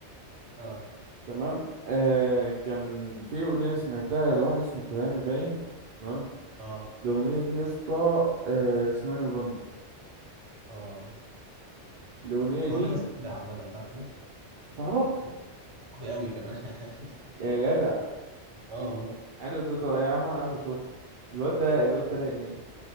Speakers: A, on the right; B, on the right.
A: اه
B: تمام آه كان في اغنيه سمعتها لواحد اسمه تهامي باين تمام
A: اه
B: الاغنيه دي يا اسطى آه اسمها نوفمبر
A: اه
B: الاغنيه دي
A: وهمي ده صعب عامه انت عارف كده
B: صاحبك
A: صعب قوي كمان <laughs>
B: يا جدع
A: اه والله
B: حلو ده طب يا عم انا عايز اشوفه الواد ده الواد ده رايق